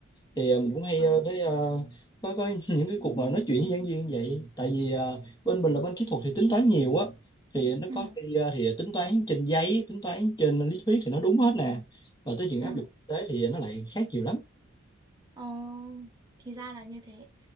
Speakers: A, on the left; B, on the right.
A: thì ờ, mình cũng hay
B: ờ.
A: ờ, thấy ờ, coi coi <laughs> những cái cuộc mà nói chuyện với giảng viên vậy tại vì ờ, bên mình là bên kỹ thuật thì tính toán nhiều á thì nó
B: Ừ,
A: có khi ờ, thì tính toán trên giấy tính toán trên lý thuyết thì nó đúng hết nè mà tới chuyện áp
B: ừ.
A: dụng thực tế thì nó lại khác nhiều lắm
B: Ờ, thì ra là như thế.